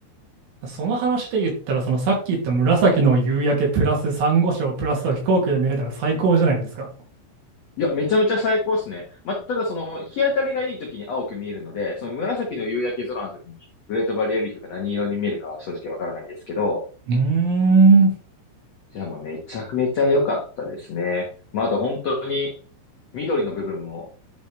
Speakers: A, on the right; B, on the left.
A: その話で言ったら、そのさっき言った紫の夕焼けプラス珊瑚礁プラス飛行機で見えたら最高じゃないですか。
B: いや、めちゃめちゃ最高ですね。まあ、ただその、日当たりがいい時に青く見えるので、その紫の夕焼け空の時に、グレートバリアリーフが何色に見えるかは正直わからないですけど、
A: うーん。
B: じゃあもうめちゃくめちゃ良かったですね。まあ、あと本当に緑の部分も、